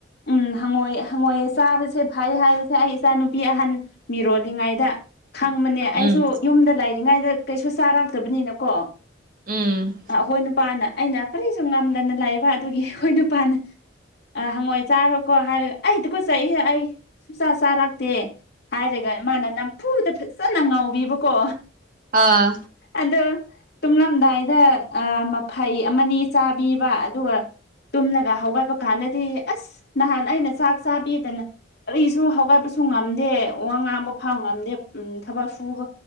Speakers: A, on the left (about 55°); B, on the right (about 45°).
A: ꯎꯝ ꯍꯪꯉꯣꯏꯑ ꯍꯪꯉꯣꯏꯑꯦ ꯆꯥꯕꯁꯦ ꯐꯩ ꯍꯥꯏꯕꯁꯦ ꯑꯩ ꯏꯆꯥꯅꯨꯄꯤ ꯅꯨꯄꯤ ꯑꯍꯟ ꯃꯤꯔꯣꯜꯂꯤꯉꯩꯗ ꯈꯪꯕꯅꯦ ꯑꯩꯁꯨ
B: ꯎꯝ
A: ꯌꯨꯝꯗ ꯂꯩꯔꯤꯉꯩꯗ ꯀꯩꯁꯨ ꯆꯥꯔꯛꯇꯕꯅꯤꯅꯀꯣ
B: ꯎꯝ
A: ꯑꯩꯈꯣꯏ ꯅꯨꯄꯥꯅ ꯑꯩꯅ ꯀꯔꯤꯁꯨ ꯉꯥꯝꯗꯅ ꯂꯩꯕ ꯑꯗꯨꯒꯤ ꯑꯩꯈꯣꯏ ꯅꯨꯄꯥꯅ ꯑ ꯍꯪꯉꯣꯏ ꯆꯥꯈ꯭ꯔꯀꯣ ꯍꯥꯏꯔꯒ ꯑꯩ ꯇꯨꯒꯥꯠꯆꯩ ꯑꯩ ꯁꯨꯡꯆꯥ ꯆꯥꯔ ꯗꯦ ꯍꯥꯏꯔꯒ ꯃꯥꯅ ꯅꯝꯐꯨꯗ ꯐꯖꯅ ꯉꯥꯎꯕꯤꯕꯀꯣ
B: ꯑꯥ
A: ꯑꯗ ꯇꯨꯝꯂꯝꯗꯥꯏꯗ ꯑ ꯃꯐꯩ ꯑꯃꯅꯤ ꯆꯥꯕꯤꯕ ꯑꯗꯨꯒ ꯇꯨꯝꯂꯒ ꯍꯒꯥꯏꯕ ꯀꯥꯟꯗꯗꯤ ꯑꯁ ꯅꯍꯥꯟ ꯑꯩꯅ ꯆꯥꯛ ꯆꯥꯕꯤꯗꯅ ꯀꯔꯤꯁꯨ ꯍꯧꯒ ꯆꯄꯁꯨ ꯉꯝꯗꯦ ꯋꯥ ꯉꯥꯡꯕ ꯐꯥꯎ ꯉꯝꯗꯦ ꯎ ꯊꯕꯛ ꯁꯨꯕ